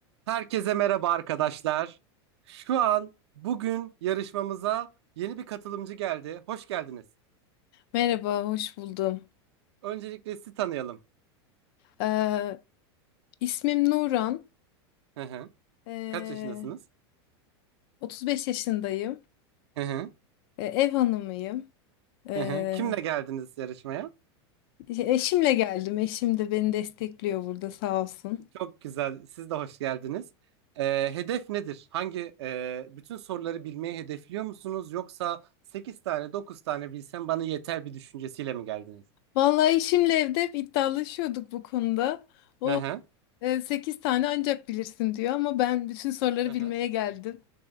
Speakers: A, on the right (about 80°); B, on the left (about 60°).
A: Herkese merhaba arkadaşlar. Şu an bugün yarışmamıza yeni bir katılımcı geldi. Hoş geldiniz.
B: Merhaba, hoş buldum.
A: Öncelikle sizi tanıyalım.
B: Ee, ismim Nuran.
A: Hı hı.
B: Ee,
A: Kaç yaşındasınız?
B: 35 yaşındayım.
A: Hı hı.
B: Ee, ev hanımıyım. Ee,
A: Hı hı. Kimle geldiniz yarışmaya?
B: e, eşimle geldim. Eşim de beni destekliyor burada sağ olsun.
A: Çok güzel. Siz de hoş geldiniz. Ee, hedef nedir? Hangi e, bütün soruları bilmeyi hedefliyor musunuz? Yoksa 8 tane 9 tane bilsem bana yeter bir düşüncesiyle mi geldiniz?
B: Vallahi eşimle evde hep iddialaşıyorduk bu konuda. O
A: Hı hı.
B: e, 8 tane ancak bilirsin diyor ama ben bütün soruları
A: Hı hı.
B: bilmeye geldim.